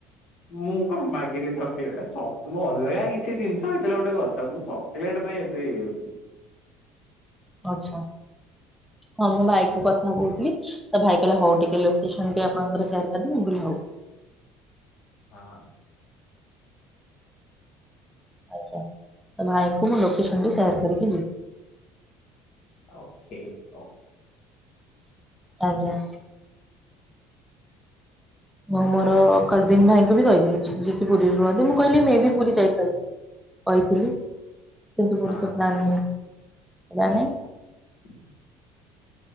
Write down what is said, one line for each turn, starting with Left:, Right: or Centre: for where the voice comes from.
Left: ମୁଁ କଣ ମାଗିଲି ଚକିଲେ, ମୁଁ ଅଲଗା କିଛି ଜିନିଷ ହେଇଥିଲା ଗୋଟେ କଥା, ମୁଁ ଚ ପିଲାଟେ ପାଇଁ ଏତେ ଇଏ ହେଉଚନ୍ତି।
Centre: ଆଛା, ହଁ ମୁଁ ଭାଇକୁ କଥା କହୁଥିଲି। ତ ଭାଇ କହିଲା ହଉ ଟିକେ ଲୋକେସନ୍ ଟି ଆପଣଙ୍କର ସେୟାର କରିଦେବି, ମୁଁ କହିଲି ହଉ।
Left: ହଁ।
Centre: ଆଜ୍ଞା, ତ ଭାଇଙ୍କୁ ମୁଁ ଲୋକେସନ୍ ଟି ସେୟାର କରିକି ଯିବି।
Left: ଓକେ, ଓ
Centre: ଆଜ୍ଞା। ମୁଁ ମୋର କଜିନ୍ ଭାଇଙ୍କୁ ବି କହିଦେଇଛି, ଯିଏକି ପୁରୀରେ ରୁହନ୍ତି, ମୁଁ କହିଲି ମେ ବି ପୁରୀ ଯାଇପାରିବି। କହିଥିଲି, କିନ୍ତୁ ପୁରୀ
Left: ହଁ
Centre: ତ ପ୍ଲାନିଂ ହେଲା ନାହିଁ।
Left: <unintelligible>